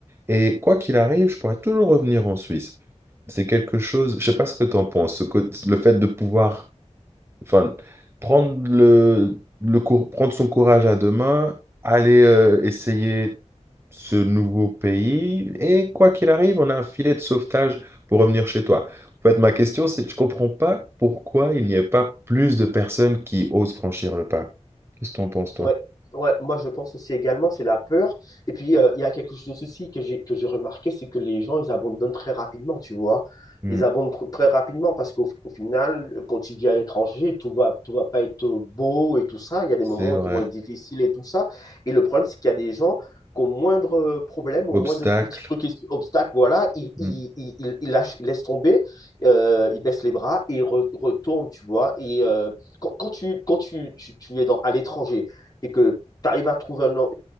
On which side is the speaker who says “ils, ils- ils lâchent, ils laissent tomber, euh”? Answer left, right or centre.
Left